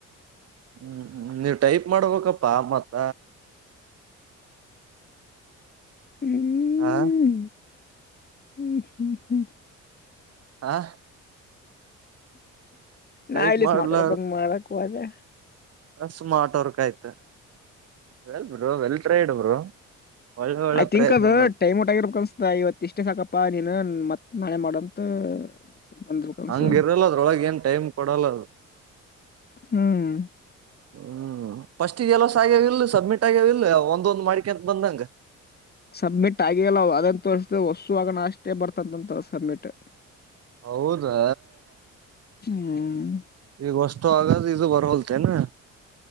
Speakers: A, on the right; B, on the left.
A: ಹ್ಮ್ ಹ್ಮ್ ನೀವ್ ಟೈಪ್ ಮಾಡಬೇಕಪ್ಪಾ ಮತ್ತ
B: ಹ್ಮ್
A: ಹಾ
B: ಹ್ಮ್ ಹ್ಮ್ ಹ್ಮ್
A: ಹಾ ಟೈಪ್
B: ನಾ ಇಲ್ಲಿ
A: ಮಾಡ್ಲ
B: ಸ್ಮಾರ್ಟ್ ವರ್ಕ್ ಅದು ಮಾಡಕ್ ಹೋದೆ
A: ಸ್ಮಾರ್ಟ್ ವರ್ಕ್ ಆಯ್ತು ವೆಲ್ ಬ್ರೋ ವೆಲ್ಬ್ರೈಡ ಬ್ರೋ ಒಳ್ಳೆ ಒಳ್ಳೆ
B: ಐ ಥಿಂಕ್
A: ಪ್ರಯತ್ನಗಳು
B: ಅದು ಟೈಮ್ ಔಟ್ ಆಗಿರಬೇಕು ಅನ್ಸುತ್ತೆ ಇವತ್ತು ಇಷ್ಟೇ ಸಾಕಪ್ಪ ಪ್ಪಾ ನೀನು ಮತ್ ನಾಳೆ ಮಾಡಂತ ಬಂದ್ಬೇಕ ಅನ್ಸ
A: ಹಂಗ ಇರಲ್ಲ ಅದ್ರೊಳಗ ಏನ್ ಟೈಮ್ ಕೊಡಲ್ಲ ಅದು
B: ಹ್ಮ್
A: ಹ್ಮ್ ಫಸ್ಟ್ ಎಲಸ ಆಗ್ಯವ ಇಲ್ ಸಬ್ಮಿಟ್ ಆಗ್ಯವಲ್ಲ ಒಂದೊಂದ್ ಮಾಡಿಕೆ ಅಂತ ಬಂದಂಗ
B: ಸಬ್ಮಿಟ್ ಆಗೆಯಲ್ಲವ ಅದಂತ ತೋರಿಸಿದೆ ಹೊಸುವಾಗಣ ಅಷ್ಟೇ ಬರ್ತಂತಂತ ಸಬ್ಮಿಟ್
A: ಹೌದಾ
B: ಹ್ಮ್
A: ಈಗ ಅಷ್ಟು ಆಗಾದ ಇದು ಬರಹಲ್ತೆೇನಾ.